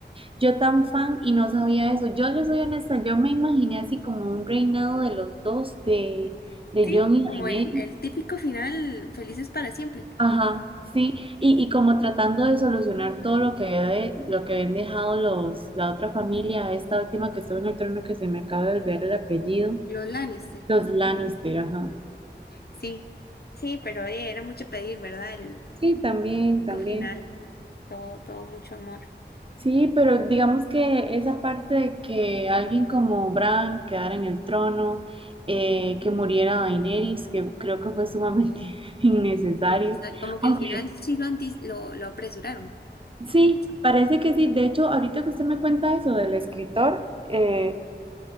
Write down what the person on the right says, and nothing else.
Yo tan fan y no sabía eso. Yo les soy honesta, yo me imaginé así como un reinado de los dos, de, de
John y Daenerys.
Ajá, sí, y, y como tratando de solucionar todo lo que había de- lo que habían dejado los, la otra familia, esta última que estuvo en el trono que se me acaba de olvidar el apellido.
Los Lannister, ajá.
Sí, también, también.
Sí, pero digamos que esa parte de que alguien como Bran quedara en el trono, eh, que muriera Daenerys, que creo que fue sumamente <laughs> innecesario.
Aunque
sí,
parece que sí. De hecho, ahorita que usted me cuenta eso del escritor, eh,